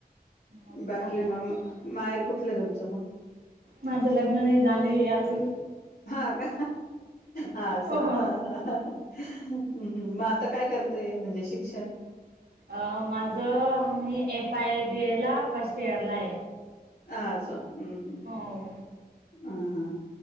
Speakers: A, on the right; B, on the left.
A: अजून
B: बाकी
A: सांगा ना
B: मग,
A: तुम्ही.
B: माहेर कुठलं तुमचं मग?
A: माझं लग्न नाही झालंय अजून.
B: ह का? हा असो,
A: ओ हो.
B: हा ह. हम्म हम्म, म आता काय करतेय. म्हणजे शिक्षण.
A: अ माझं, मी एफ आय बी ए ला फर्स्ट इयरलाय.
B: असो, हम्म हम्म.
A: हो.
B: ह ह.